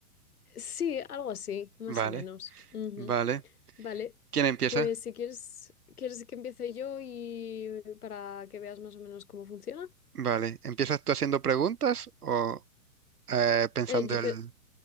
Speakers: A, on the left; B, on the right.
A: Sí, algo así, más
B: Vale,
A: o menos. Ujú.
B: vale.
A: Vale.
B: ¿Quién empieza?
A: Pues si quieres, ¿quieres que empiece yo y para que veas más o menos cómo funciona?
B: Vale, ¿empiezas tú haciendo preguntas o eh, pensando
A: Eh, yo
B: el...
A: pe-